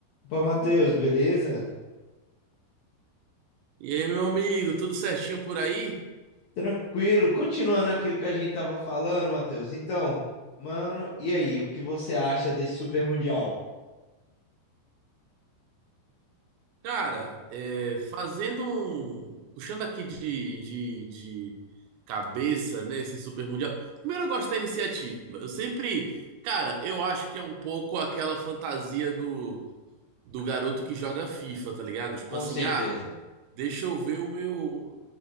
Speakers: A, on the left (about 70°); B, on the right (about 85°).
A: Opa, Matheus, beleza?
B: E aí, meu amigo, tudo certinho por aí?
A: Tranquilo. Continuando aquilo que a gente tava falando, Matheus. Então, mano, e aí, o que você acha desse Super Mundial?
B: Cara, é, fazendo um. Puxando aqui de, de, de cabeça, né, esse Super Mundial. Primeiro, eu gosto da iniciativa. Eu sempre. Cara, eu acho que é um pouco aquela fantasia do, do garoto que joga FIFA, tá ligado? Tipo
A: Com
B: assim,
A: certeza.
B: ah, deixa eu ver o meu,